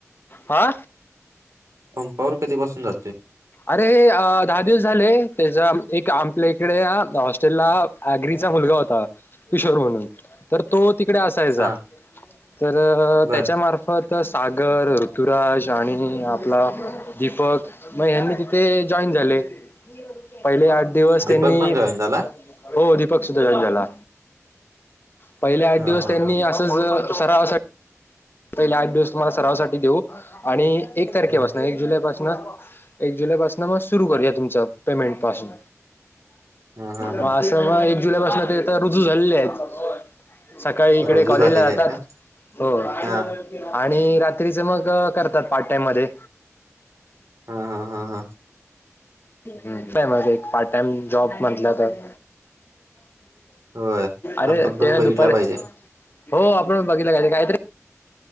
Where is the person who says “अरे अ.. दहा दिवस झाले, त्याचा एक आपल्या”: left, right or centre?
Left